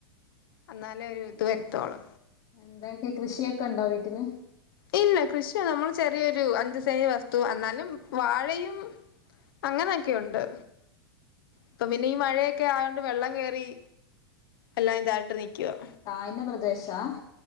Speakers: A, on the left; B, on the left.
A: അന്നാലേ ഒരു
B: എങ്ങനെ
A: ഇത് വരുത്തോളൂ
B: ആഹ് എന്തൊക്കെ കൃഷിയൊക്കെ ഉണ്ടോ വീട്ടീല്
A: ഇല്ല കൃഷിയ നമ്മള് ചെറിയൊരു അഞ്ചു സെന്റ് വസ്തു എന്നാലും വാഴയും അങ്ങനൊക്കെയുണ്ട് അപ്പൊ പിന്നെ ഈ മഴയൊക്കെ ആയോണ്ട് വെള്ളം കേറി എല്ലാം ഇതായിട്ട് നിക്കുവാ
B: താഴ്ന്ന പ്രദേശാ